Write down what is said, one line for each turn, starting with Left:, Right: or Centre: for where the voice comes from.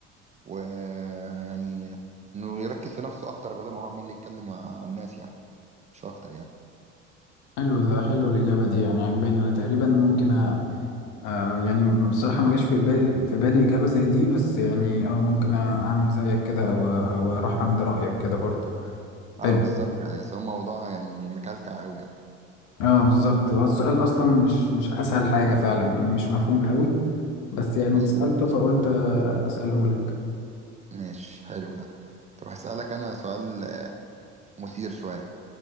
Right: ويعني انه يركز في نفسه اكتر بدل ما هو عمال يتكلم مع الناس يعني مش اكتر يعني
Left: حلو ده حلو الإجابة دي يعني عجباني أنا تقريبا ممكن آه يعني بصراحة ما جاش في بالي في بالي إجابة زي دي بس يعني اه ممكن أ- أعمل زيك كده أو أو أروح عند رأيك كده برضه
Right: اه
Left: حلو
Right: بالظبط يعني بس هو موضوع يعني مكلكع قوي يعني
Left: اه بالظبط هو السؤال أصلا مش مش أسهل حاجة فعلا يعني مش مفهوم قوي بس يعني
Right: مظبوط
Left: اتسألته فقلت آه، أسأله لك
Right: ماشي حلو ده طب هسألك أنا سؤال مثير شوية